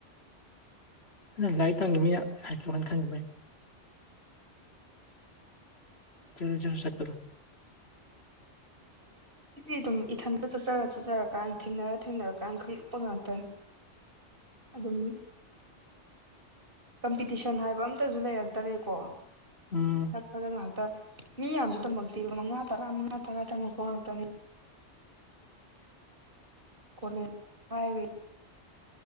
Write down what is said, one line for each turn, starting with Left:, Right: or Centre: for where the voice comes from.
Left: ꯅꯪ ꯂꯥꯏꯔꯤꯛ ꯇꯪꯈꯤꯕꯅꯤꯅ ꯂꯥꯏꯥꯛꯛꯌꯣꯅ ꯈꯟꯅꯤꯡꯈꯤꯕꯅꯤ ꯆꯔꯖꯔ ꯁꯠꯄꯗ
Right: ꯍꯧꯖꯤꯛꯇꯗꯤ ꯑꯗꯨꯝ ꯏꯊꯟꯇ ꯆꯠꯆꯔ ꯆꯠꯆꯔꯀꯥꯟꯗ ꯊꯦꯡꯅꯔ ꯊꯦꯡꯅꯔꯀꯥꯟꯗ ꯈꯪꯂꯛꯄ ꯉꯥꯛꯇꯅꯤ ꯑꯗꯨꯝ ꯀꯝꯄꯤꯇꯤꯁꯟ ꯍꯥꯏꯕ ꯑꯝꯇꯁꯨ ꯂꯩꯔꯛꯇꯔꯦꯀꯣ
Left: ꯎꯝ
Right: ꯑꯗ ꯉꯥꯛꯇ ꯃꯤ ꯌꯥꯝꯁꯨ ꯇꯝꯃꯛꯇꯦꯕ ꯃꯉꯥ ꯇꯔꯥ ꯃꯉꯥ ꯇꯔꯥ ꯇꯝꯃꯛꯄ ꯉꯥꯛꯇꯅꯦ
Left: <unintelligible>
Right: ꯀꯣꯂꯦ ꯍꯥꯏ